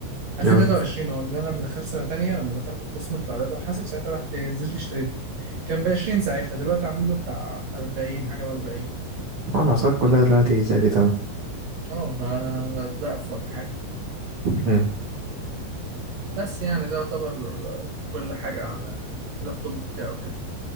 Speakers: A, on the right (about 70°); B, on the right (about 50°).
A: 2023
B: اه
A: اه لان انا لما دخلت سنه تانية لما دخلت القسم بتاع رياضه وحاسب ساعتها رحت نزلت اشتريته كان ب 20 ساعتها دلوقتي عامل له بتاع 40 حاجه و40
B: آه، الأسعار كلها دلوقتي زادت أوي
A: اه بقى ضعف ولا حاجه
B: امم
A: بس يعني ده يعتبر كل حاجه على اللابتوب بتاعه كده